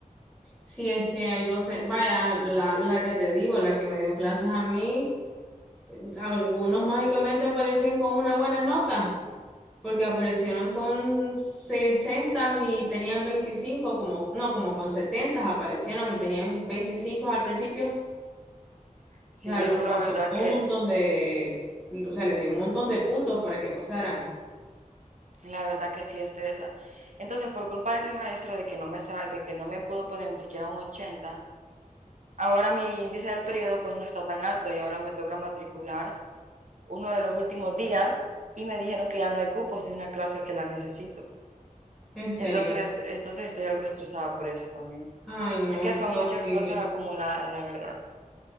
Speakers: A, in the centre; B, on the right.
A: Sí, es que hay doce vaya, la, la que te digo, la que me dio clases a mí. Algunos mágicamente aparecían con una buena nota, porque aparecieron con 60 y tenían 25 como, no, como con 70 aparecieron y tenían veinticinco al principio,
B: Sí,
A: o sea,
B: eso
A: los
B: la
A: pasó
B: verdad
A: con
B: que,
A: un montón de, o sea, les dio un montón de puntos para que pasaran.
B: la verdad que sí estresa. Entonces, por culpa de ese maestro de que no me, sa- de que no me pudo poner ni siquiera un ochenta Ahora mi índice del periodo pues no está tan alto y ahora me toca matricular uno de los últimos días y me dijeron que ya no hay cupos de una clase que la necesito.
A: En serio.
B: Entonces, Mm, entonces estoy algo estresada por eso también.
A: Ay, no,
B: Es que
A: es
B: son
A: que
B: muchas
A: horrible.
B: cosas acumuladas, la verdad.